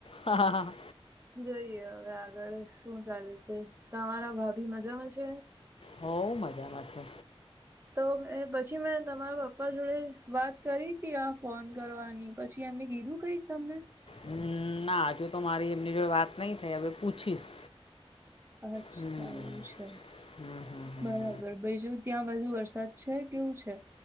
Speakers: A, on the left (about 65°); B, on the right (about 20°).
A: હા હા હા.
B: જઈએ હવે આગળ શું ચાલે છે. તમારા ભાભી મજામાં છે.
A: બઉ મજામાં છે.
B: તો પછી મેં તમારા પપ્પા જોડે વાત કરી હતી. આ ફોન કરવાની પછી એમને કીધું કઈક તમને?
A: હમ, ના હજુ તો મારી એમની જોડે વાત નહી થઈ. હવે પૂછીશ?
B: અચ્છા
A: હમ
B: એવું છે
A: હમ હમ હમ
B: બરાબર બીજું ત્યાં બુ વર્ષ સચ છે કેવું છે?